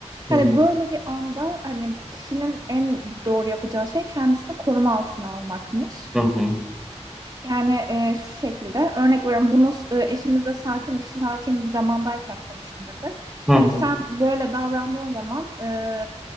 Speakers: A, on the right (about 35°); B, in the centre.
A: Hani
B: Hı hı.
A: böyle bir anda hani kişinin en doğru yapacağı şey kendisini koruma altına almakmış.
B: Hı hı.
A: Yani e, şu şekilde örnek veriyorum bunu e, eşinize sakin bir sakin bir zamandayken konuşun dedi.
B: Hı hı.
A: Hani sen böyle davrandığın zaman e,